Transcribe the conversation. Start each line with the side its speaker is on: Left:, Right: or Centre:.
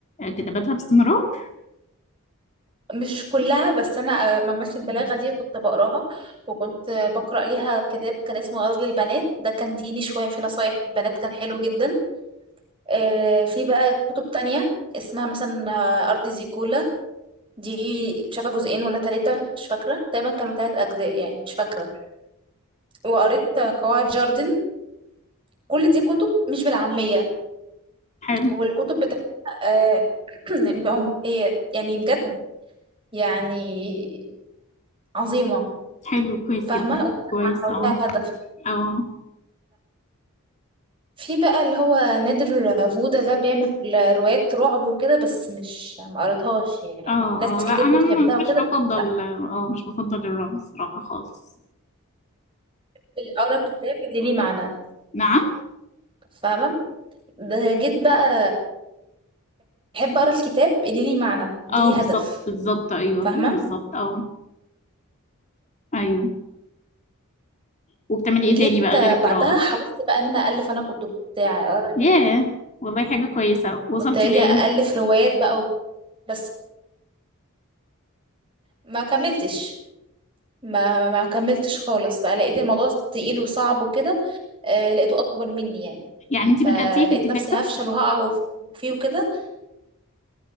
Left: كتاباتها باستمرار
Right: مش كلها بس أنا آه، ممارسة البلاغة دي كنت بقراها وكنت آه، بقرأ ليها كتاب كان اسمه غزل البنات ده كان ديني شوية في نصايح للبنات كان حلو جدا آه، في بقى كتب تانية اسمها مثلا آه، أرض زيكولا دي مش عارفة جزئين ولا ثلاثة مش فاكرة تقريبا كانوا ثلاث أجزاء يعني مش فاكرة وقريت قواعد جاردن كل دي كتب مش بالعامية
Left: حلو
Right: والكتب بتاعتها آه <clears throat> هم هي يعني بجد يعني عظيمة
Left: حلو كويس
Right: فاهمة
Left: جدا كويس
Right: ولها
Left: اه
Right: هدف
Left: اه
Right: في بقى اللي هو نادر فودا ده بيعمل روايات رعب وكده بس مش ما قريتهاش يعني
Left: اه
Right: ناس
Left: اه لا
Right: كتير
Left: انا
Right: بتحبها
Left: م-
Right: وكده
Left: مش بفضل
Right: بس لا
Left: اه مش بفضل الرعب الصراحة خالص
Right: بقرا الكتاب اللي ليه معنى
Left: نعم
Right: فاهمة ده جيت بقى بحب اقرا الكتاب اللي ليه معنى ليه
Left: اه بالظبط
Right: هدف
Left: بالظبط ايوه
Right: فاهمه
Left: بالظبط اه ايوه وبتعملي
Right: جيت
Left: ايه تاني بقى
Right: آه،
Left: غير القراءة
Right: بعدها حاولت بقى ان انا الف انا كتب بتاع أقرأ-
Left: ياه والله حاجة كويسة وصلتي
Right: كنت اجي
Left: لإيه
Right: الف روايات بقى و- بس ما كملتش ما ما كملتش خالص بقى لقيت الموضوع تقيل وصعب وكده آه لقيته اكبر مني يعني
Left: يعني انتي
Right: فلقيت
Left: بدأتي في الكتاب
Right: نفسي هفشل وهقع فيه وكده